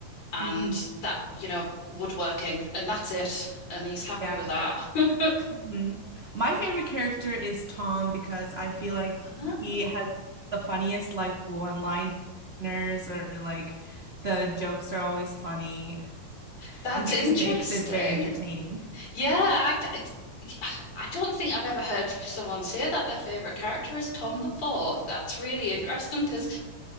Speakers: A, on the left; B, on the right.
A: and
B: hmm
A: that, you know, woodworking, and that's it. And he's happy
B: Yeah,
A: with
B: exactly.
A: that. <laughs>
B: hmm My favorite character is Tom because I feel like
A: Ah,
B: he has the funniest like one-liners or like the jokes are always funny
A: that's
B: and he
A: interesting.
B: just makes it very entertaining.
A: Yeah, I, it's- I don't think I've ever heard someone say that their favorite character is Tom before. That's really interesting because